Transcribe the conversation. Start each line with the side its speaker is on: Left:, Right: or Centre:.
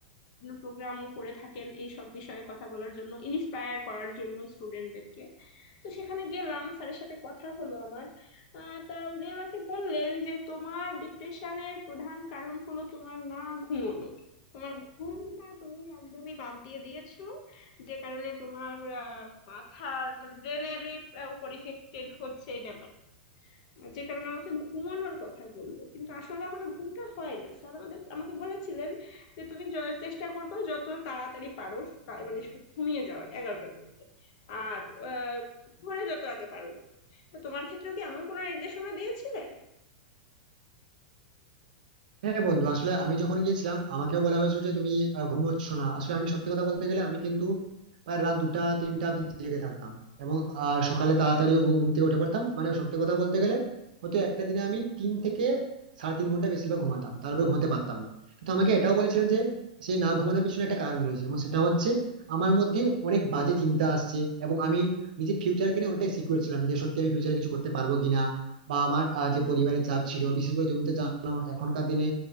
Left: প্রোগ্রাম করে থাকেন এই সব বিষয়ে কথা বলার জন্য ইন্সপায়ার করার জন্য স্টুডেন্টদেরকে তো সেখানে গেলাম স্যারের সাথে কথা হলো আমার আহ, তা উনি আমাকে বললেন যে তোমার ডিপ্রেশনের প্রধান কারণ হলো তোমার না ঘুমোনো তোমার ঘুমটা তুমি একদমই বাদ দিয়ে দিয়েছো যে কারণে তোমার আহ, মাথার মানে ব্রেনের উপর ইফেক্টেড হচ্ছে এই ব্যাপার যে কারণে আমাকে ঘুমানোর কথা বললো কিন্তু আসলে আমার ঘুমটা হয় না স্যার আমাদের আমাকে বলেছিলেন যে তুমি য- চেষ্টা করবে যত তাড়াতাড়ি পারো কা- মানে ঘুমিয়ে যাওয়ার এগারোটার মধ্যে আর আহ, ভোরে যত আগে পারো উঠো তো তোমার ক্ষেত্রেও কি এমন কোনো নির্দেশনা দিয়েছিলেন
Right: হ্যাঁ বন্ধু আসলে আমি যখন গিয়েছিলাম আমাকেও বলা হয়েছিল যে তুমি আহ, ঘুমোচ্ছ না আসলে আমি সত্যি কথা বলতে গেলে আমি কিন্তু প্রায় রাত দুটা তিনটা অব্দি জেগে থাকতাম এবং আহ, সকালে তাড়াতাড়ি ঘুম থেকে উঠে পড়তাম মানে সত্যি কথা বলতে গেলে হয়তো একটা দিনে আমি তিন থেকে সাড়ে তিন ঘন্টা বেশিরভাগ ঘুমাতাম তারপরে ঘুমাতে পারতাম না কিন্তু আমাকে এটাও বলেছিলেন যে সেই না ঘুমানোর পিছনে একটা কারণ রয়েছে এবং সেটা হচ্ছে আমার মধ্যে অনেক বাজে চিন্তা আসছে এবং আমি নিজের ফিউচারকে নিয়ে অনেকটাই সিকিউর ছিলাম যে সত্যি আমি ফিউচারে কিছু করতে পারবো কিনা বা আমার আহ, যে পরিবারের চাপ ছিল বিশেষ করে তুমি তো জানো এখনকার দিনে